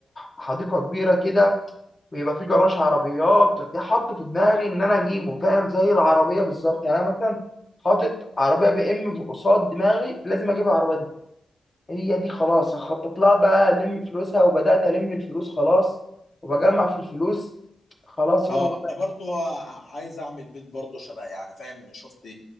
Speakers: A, on the left; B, on the left.
A: بحديقه كبيره كده ويبقى في جراج عربيات دي حاطه في دماغي ان انا اجيبه فاهم زي العربيه بالظبط يعني انا مثلا حاطط عربيه بي ام في قصاد دماغي لازم اجيب العربيه دي هي دي خلاص هخطط لها بقى الم فلوسها وبدات الم الفلوس خلاص وبجمع في الفلوس خلاص
B: اه
A: هو
B: انا برضو ع- عايز اعمل بيت برضو شبه يعني فاهم شفت